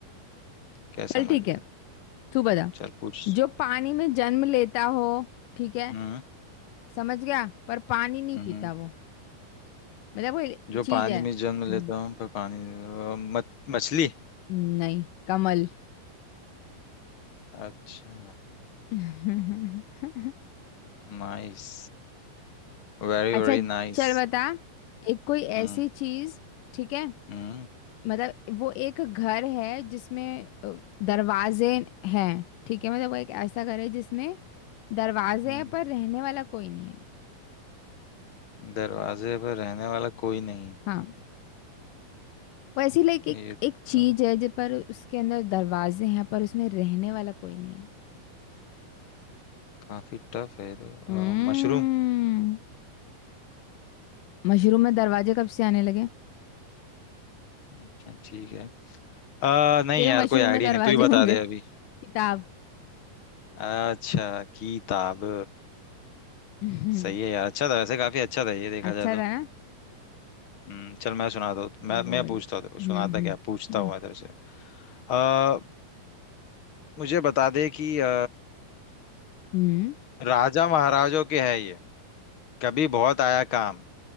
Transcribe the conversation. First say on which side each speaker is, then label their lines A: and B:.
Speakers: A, on the left; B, on the left.
A: क्या
B: चल
A: समझ
B: ठीक
A: गई
B: है तू बता
A: चल पूछ
B: जो पानी में जन्म लेता हो ठीक है
A: हम्म
B: समझ गया पर पानी नहीं
A: हम्म
B: पीता वो मतलब कोई
A: जो
B: चीज
A: पानी
B: है
A: में
B: हम्म,
A: जन्म लेता हूँ पर पानी अ, मत- मछली
B: नहीं कमल
A: अच्छा
B: <laughs>
A: नाइस Very
B: अच्छा
A: very nice
B: चल बता एक कोई
A: हम्म
B: ऐसी चीज ठीक है
A: हम्म
B: मतलब वो एक घर है जिसमें अ, दरवाजे हैं ठीक है मतलब वो एक ऐसा घर है जिसमें दरवाजे
A: हम्म।
B: हैं पर रहने वाला कोई नहीं है
A: दरवाजे पर रहने वाला कोई नहीं
B: हाँ वो ऐसी लाइक एक
A: ये
B: एक चीज
A: तो
B: है जिस पर उसके अंदर दरवाजे हैं पर उसमें रहने वाला कोई नहीं है
A: काफी टफ है ये तो
B: हम्म
A: अ, मशरूम
B: मशरूम में दरवाजे कब से आने लगे
A: अच्छा ठीक है आ, नहीं
B: तेरे
A: यार
B: मशरूम
A: कोई आइडिया
B: में दरवाजे
A: नहीं तू ही बता
B: होंगे
A: दे अभी
B: किताब
A: अच्छा किताब
B: <laughs> हम्म,
A: सही है यार अच्छा था वैसे काफी अच्छा था ये देखा
B: अच्छा
A: जाए
B: था
A: तो
B: ना
A: हम्म, चल मैं सुनाता हूँ मैं
B: बोल
A: मैं पूछता हूँ तेरे को
B: हम्म
A: सुनाता
B: हम्म
A: क्या पूछता
B: हम्म
A: हूँ मैं तेरे से आ, मुझे बता दे कि अ,
B: हम्म,
A: राजा महाराजों के है ये कभी बहुत आया काम